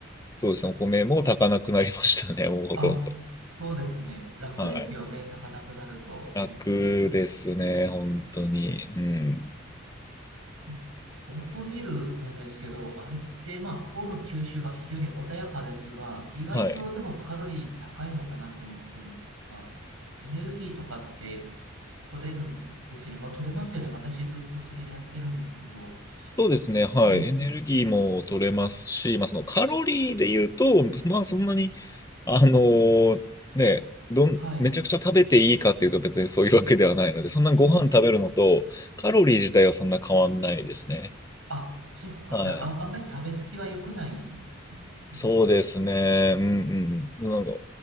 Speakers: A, on the left; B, on the right.
A: そうですね、お米も炊かなくなりましたね、<laughs> もうほとんど。
B: あ、そうですね。楽ですよね。
A: はい。
B: 炊かなくなると、
A: 楽ですね、
B: 本当に。
A: 本当に。うん。
B: うんオートミールなんですけど、あれって、まあ、糖の吸収が非常に穏やかですが、意外とでもカロリー高いのかなって思ってるんですが、
A: はい。
B: エネルギーとかって取れるんですよね。まあ、取れますよね。私ずっとそれでやってるんですけど。
A: そうですね、はい。
B: ええ、
A: エネルギーも取れますし、まあ、そのカロリーで言うと、まあ、そんなに、あのーね、どん、
B: はい。
A: めちゃくちゃ食べていいかっていうと別にそういうわけではないので、そんなご飯食べるのとカロリー自体はそんな変わんないですね。
B: うんあ、そっか。
A: はい。
B: じゃあ、あ、あんまり食べ過ぎは良くないんですね。本当に。
A: そうですね。うんうん。なんか